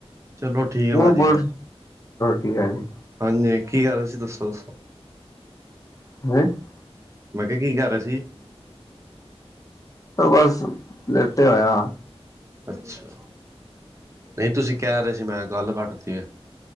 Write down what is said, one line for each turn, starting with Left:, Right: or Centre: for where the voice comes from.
Right: ਚਲੋ ਠੀਕ ਹੈ
Left: ਉਹ
Right: ਭਾਜੀ
Left: ਬ
Right: ਫਿਰ
Left: ਟੀਕ ਹੈ ਜੀ
Right: ਹਾਂਜੀ ਕੀ ਕਰ ਰਹੇ ਸੀ ਦੱਸੋ ਦੱਸੋ
Left: <unintelligible>
Right: ਮੈਂ ਕਿਹਾ ਕੀ ਕਰ ਰਹਾ ਸੀ
Left: ਬਸ ਲੇਟ ਹੋਇਆ
Right: ਅੱਛਾ ਨਹੀਂ ਤੁਸੀਂ ਕਹਿ ਰਹੇ ਸੀ ਮੈਂ ਗੱਲ ਕੱਟਤੀ ਹੈ